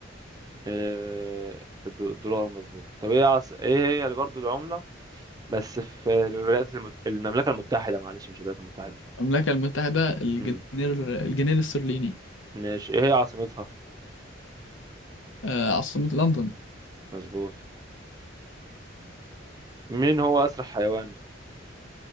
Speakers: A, on the right; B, on the left.
A: إيه في الدو- الدولار مظبوط طب ايه عص... ايه هي اللي برضو العملة بس في الولايات المت... المملكة المتحدة معلش مش الولايات المتحدة
B: المملكة المتحدة الجنيه
A: امم
B: الجنيه الاسترليني
A: ماشي ايه هي عاصمتها
B: آه، عاصمة لندن
A: مظبوط مين هو أسرع حيوان